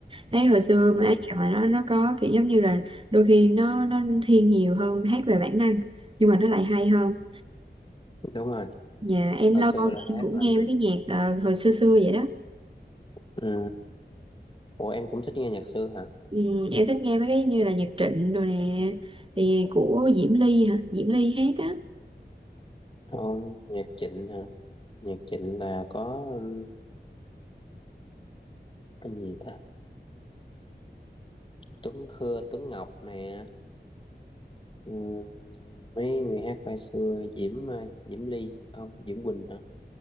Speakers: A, on the right (about 30°); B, on the left (about 25°).
A: thấy hồi xưa
B: ừ,
A: mấy cái nhạc mà nó nó có kiểu giống như là đôi khi nó nó thiên nhiều hơn hát về bản năng nhưng mà nó lại hay hơn
B: đúng rồi
A: nhà em
B: hồi
A: lâu
B: xưa
A: lâu
B: là
A: thì em
B: hát
A: cũng
B: là
A: nghe mấy cái nhạc ờ, hồi xưa xưa vậy đó
B: ừ. ủa em cũng thích nghe nhạc xưa hả
A: Ừm, Em thích nghe mấy cái như là nhạc Trịnh rồi nè Thì của Diễm Ly hả? Diễm Ly hát á
B: không nhạc Trịnh hả nhạc Trịnh là có ừ, cái gì ta Tuấn Khưa Tuấn Ngọc nè ừ, mấy người hát hồi xưa Diễm ờ, Diễm Ly không Diễm Quỳnh hả